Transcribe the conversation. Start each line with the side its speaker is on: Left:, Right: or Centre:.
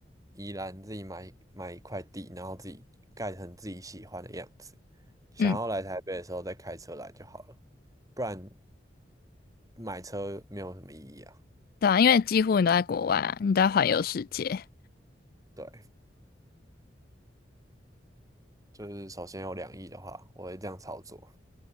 Right: 宜兰自己买买一块地，然后自己盖成自己喜欢的样子。想要来台北的时候再开车来就好了，
Left: 嗯，
Right: 不然买车没有什么意义啊。
Left: 对啊，因为几乎你都在国外啊，你都在环游世界。
Right: 对，就是首先有两亿的话，我会这样操作。